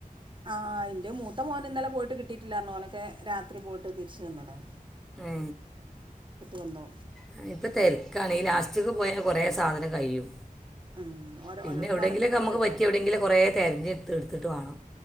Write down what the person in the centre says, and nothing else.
ഹേ
ആ ഇപ്പ തെരക്കാണ് ഈ ലാസ്റ്റ്ക്ക് പോയാ കൊറെ സാധനം കയും
പിന്നെ
എവിടെങ്കിലോക്കെ
നമ്മക്ക്
പറ്റി എവിടെങ്കിലോക്കെ കൊറെ തെര്ഞ്ഞ്ട്ത്ത് ത്ട്ട് വാണം